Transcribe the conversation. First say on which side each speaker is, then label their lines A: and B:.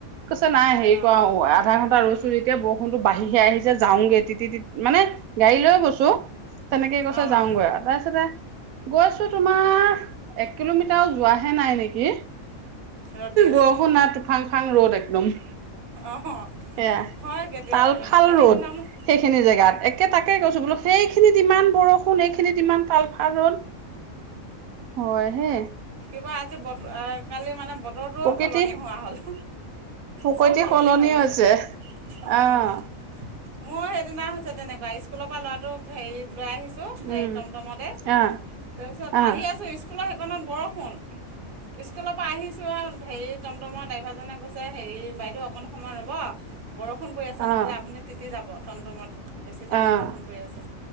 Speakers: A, on the right (about 90°); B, on the right (about 40°).
A: <unintelligible> কৈছে নাই হেৰি
B: অঁ
A: কৰাৱা আধা ঘণ্টা ৰৈছো যেতিয়া বৰষুণটো বাঢ়ি আহিছে যাওঁগে তি তি মানে। <unintelligible> গাড়ী লৈ গৈছো তেনেকে কৈছে
B: অঁ
A: যাওগৈ তাৰপিছতে। <unintelligible> গৈছো তোমাৰ এক কিলোমিটাৰ যোৱাহে নাই নেকি।
B: ৰ'দ দি আছে
A: বৰষুণ নাই টোফাংফাং ৰ'দ একদম <unintelligible>
B: অঁ
A: সেয়া
B: হয় কেতিয়াবা
A: তাল
B: তেনেকুৱা
A: ফাল ৰ'দ
B: সেইদিনা মোৰ।
A: সেইখিনি জেগাত একে তাকে গৈছো বোলো সেইখিনিত ইমান বৰষুণ সেইখিনিত ইমান। চাল ফাৰল ৰ'দ হয় হে।
B: তাৰ আজি বতৰ কালি মানে বতৰটোও
A: প্ৰকৃতি
B: সলনি হোৱা হ'ল
A: প্ৰকৃতি
B: চব
A: সলনি
B: হৈ গৈছে
A: হৈছে।
B: অঁ
A: অহ
B: মোৰ সেইদিনা হৈছে তেনেকুৱা স্কুল স্কুলৰ পৰা ল'ৰাটোক হেৰিত লৈ আহিছোঁ। হে
A: উম
B: টমটমতে
A: আহ
B: তাৰপিছত
A: আহ
B: আহি আছোঁ স্কুলৰ সেইকণত বৰষুণ, স্কুলৰ পৰা আহিছোঁ আৰু হেৰিত তমতমৰ ড্ৰাইভাৰজনে কৈছে হেৰি বাইদেউ অকণ সময় ৰ'ব বৰষুণ পৰি আছে
A: আহ
B: নহ'লে আপুনি তিতি যাব টমটমত বেছি টান
A: আহ আহ
B: বৰষুণ পৰি আছে।